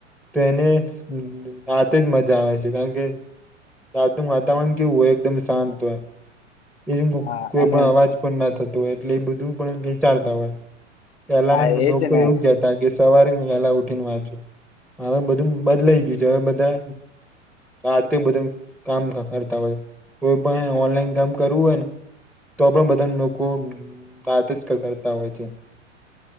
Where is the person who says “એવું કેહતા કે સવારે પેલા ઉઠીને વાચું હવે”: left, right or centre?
Centre